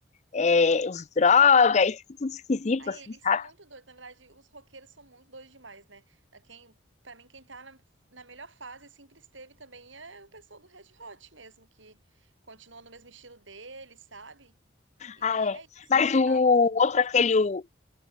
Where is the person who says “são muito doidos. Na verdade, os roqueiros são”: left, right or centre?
Right